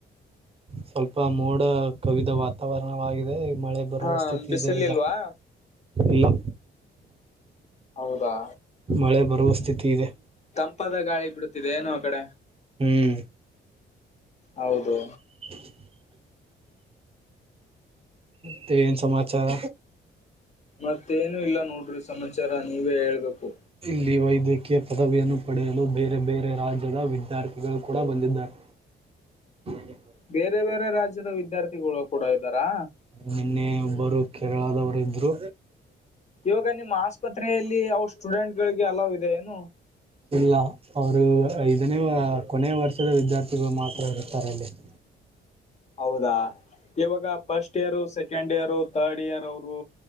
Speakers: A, on the right; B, on the left.
A: ಸ್ವಲ್ಪ ಮೋಡ ಕವಿದ ವಾತಾವರಣವಾಗಿದೆ. ಮಳೆ ಬರುವ
B: ಹಾ
A: ಸ್ಥಿತಿ
B: ಬಿಸಿಲಿಲ್ವಾ
A: ಇದೆ ಈಗ ಇಲ್ಲಾ?.
B: ಹೌದಾ.
A: ಮಳೆ ಬರುವ ಸ್ಥಿತಿ ಇದೆ.
B: ತಂಪಾದ ಗಾಳಿ ಬಿಡುತಿದೆ ಏನೊ ಆ ಕಡೆ.
A: ಹ್ಮ್
B: ಹೌದು.
A: <inaudible> ಮತ್ತೆ ಏನ್ ಸಮಾಚಾರ.
B: ಮತ್ತೇನು ಇಲ್ಲ ನೋಡ್ರಿ ಸಮಾಚಾರ ನೀವೇ ಹೇಳ್ಬೇಕು.
A: ಇಲ್ಲಿ ವೈದ್ಯಕೀಯ ಪದವಿಯನ್ನು ಪಡೆಯಲು ಬೇರೆ ಬೇರೆ ರಾಜ್ಯದ ವಿದ್ಯಾರ್ಥಿಗಳು ಕೂಡ ಬಂದಿದ್ದಾರೆ. <unintelligible>
B: ಬೇರೆ ಬೇರೆ ರಾಜ್ಯದ ವಿದ್ಯಾರ್ಥಿಗಳು ಕೂಡ ಇದಾರಾ.
A: ನಿನ್ನೆ ಒಬ್ಬರು ಕೇರಳದವರು ಇದ್ರು.
B: ಇವಾಗ ನಿಮ್ಮ್ ಆಸ್ಪತ್ರೆಯಲ್ಲಿ ಅವ್ರ ಸ್ಟೂಡೆಂಟ್ಗಳಿಗೆ ಅಲವ್ ಇದೆ ಏನು.
A: ಇಲ್ಲ ಅವರು ಐದನೇ ಕೊನೆಯ ವರ್ಷದ ವಿದ್ಯಾರ್ಥಿಗಳು ಮಾತ್ರ ಇರುತ್ತಾರೆ ಅಲ್ಲಿ. <inaudible>
B: ಹೌದಾ ಇವಾಗ first year second year third year ಅವರು.